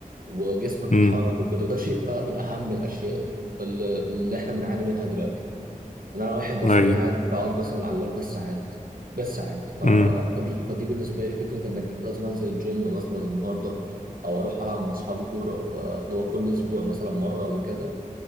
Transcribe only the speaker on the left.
امم
ايوه
امم